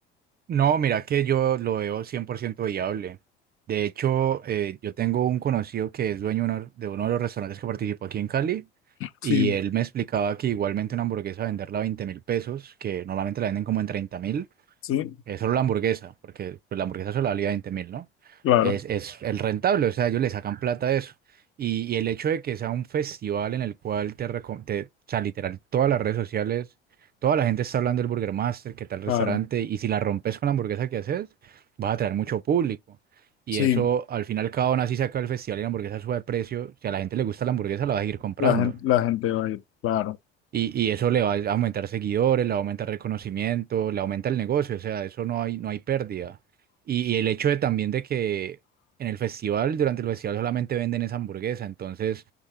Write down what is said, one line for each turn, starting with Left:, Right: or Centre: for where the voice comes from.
Right: No, mira que yo lo veo 100% viable. De hecho, eh, yo tengo un conocido que es dueño de uno de uno de los restaurantes que participó aquí en Cali y
Left: Sí,
Right: él me explicaba que igualmente una hamburguesa venderla a 20 mil pesos, que normalmente la venden como en treinta mil,
Left: sí,
Right: eh, solo la hamburguesa, porque pues, la hamburguesa solo valía veinte mil, ¿no?
Left: claro,
Right: Es, es el rentable, o sea, ellos le sacan plata a eso. Y, y el hecho de que sea un festival en el cual te, reco- te, o sea, literal, todas las redes sociales, toda la gente está hablando del Burger Master, qué tal restaurante,
Left: claro.
Right: y si la rompes con la hamburguesa que haces, vas a atraer mucho público. Y
Left: Sí,
Right: eso, al final, cada una así saca el festival y la hamburguesa sube de precio. Si a la gente le gusta la hamburguesa, la va a seguir comprando.
Left: la gente, la gente va a ir, claro.
Right: Y, y eso le va a aumentar seguidores, le va a aumentar reconocimiento, le aumenta el negocio, o sea, eso no hay, no hay pérdida. Y, y el hecho de también de que en el festival, durante el festival solamente venden esa hamburguesa, entonces